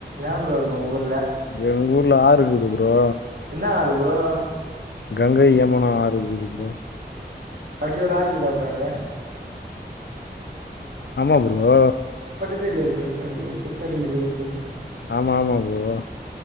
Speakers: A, on the right (about 65°); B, on the left (about 80°).
A: சூப்பராருக்கு உங்க ஊர்
B: எங்கூர் ல்ல ஆறு இருக்குது ப்ரோ
A: என்ன ஆறு ப்ரோ
B: கங்கை யமுனா ஆறு இருக்குது ப்ரோ
A: அப்டி ஒரு ஆறு இருக்குதா ப்ரோ அங்க
B: ஆமா ப்ரோ
A: தே இல்லயே ப்ரோ இது மாரி திருத்தணில இருக்குதுன்ட்
B: ஆமா ஆமா ப்ரோ